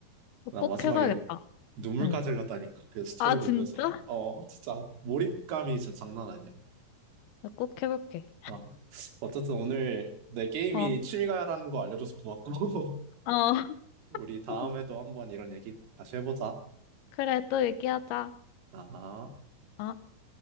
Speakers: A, on the right (about 75°); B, on the left (about 80°).
A: 나
B: 꼭
A: 마지막에
B: 해봐야겠다.
A: 눈물까지
B: 응.
A: 흘렸다니까. 그 스토리
B: 아,
A: 보면서.
B: 진짜?
A: 어, 진짜 몰입감이 진짜 장난 아니야.
B: 나 꼭 해볼게.
A: 어, 어쨌든 오늘 내 게임이
B: 어,
A: 취미가라는 거 알려줘서 고맙고, <laughs>
B: 어.
A: 우리 다음에도
B: <laughs>
A: 한번 이런 얘기 다시 해보자.
B: 그래, 또 얘기하자.
A: 아.
B: 어.